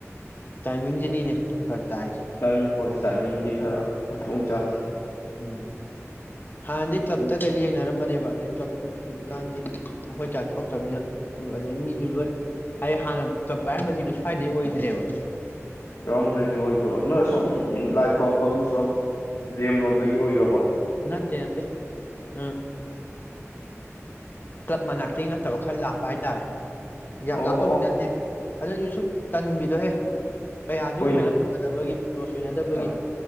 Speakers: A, on the left (about 40°); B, on the left (about 70°).
A: ꯇꯥꯏꯃꯤꯡꯁꯤꯅꯤꯅꯦ ꯐꯔꯛ ꯇꯥꯏꯁꯦ
B: ꯇꯥꯏ ꯍꯣꯏ ꯇꯥꯏꯃꯤꯡꯗꯤ ꯈꯔ ꯃꯗꯣꯡ ꯆꯥꯗꯦ
A: ꯎꯝ ꯍꯥꯟꯅꯗꯤ ꯀ꯭ꯂꯞꯇ
B: ꯎꯝ
A: ꯀꯩꯗ ꯌꯦꯡꯅꯔꯝꯕꯅꯦ ꯑꯗꯩ ꯀ꯭ꯂꯕꯁꯨ ꯍꯧꯖꯤꯛꯀꯥꯟꯗꯤ ꯑꯩꯈꯣꯏ ꯀꯌꯥ ꯊꯣꯛꯇ꯭ꯔꯕꯅꯤꯅ ꯑꯗꯩ ꯃꯤꯁꯨ ꯂꯣꯏ ꯍꯥꯏꯌꯦꯡ ꯍꯥꯟꯅ ꯀ꯭ꯂꯕ ꯄꯥꯏꯔꯝꯕꯁꯤꯡꯗꯣ ꯁ꯭ꯋꯥꯏꯗꯩ ꯑꯣꯏꯗ꯭ꯔꯦꯕ
B: ꯀꯔꯣꯝꯗꯒꯤ ꯑꯣꯏꯈꯔꯕ ꯅꯪ ꯑꯁꯣꯝ ꯂꯥꯏ ꯈꯣꯝꯕꯝ ꯑꯁꯣꯝ ꯂꯦꯝ ꯂꯣꯝꯗꯒꯤ ꯑꯣꯏꯈ꯭ꯔꯕꯣ
A: ꯅꯠꯇꯦ ꯅꯠꯇꯦ ꯎꯝ ꯀ꯭ꯂꯞ ꯃꯅꯥꯛꯇꯒꯤ ꯅꯠꯇꯕ ꯈꯔ ꯂꯥꯞꯄ ꯍꯥꯏꯇꯥꯔꯦ ꯌꯥꯝ
B: ꯑꯣ
A: ꯂꯥꯞꯅꯄꯕꯨꯗꯤ ꯅꯠꯇꯦ ꯑꯗꯨꯏꯗꯤ ꯁꯨꯝ ꯇꯟꯕꯤꯗꯣꯍꯦ ꯀꯌꯥꯁꯨ
B: ꯍꯣꯏꯅꯦ
A: ꯀꯩꯅꯣ ꯇꯧꯅꯗꯕꯒꯤ ꯀ꯭ꯂꯣꯁ ꯑꯣꯏꯅꯗꯕꯒꯤ
B: ꯑꯥ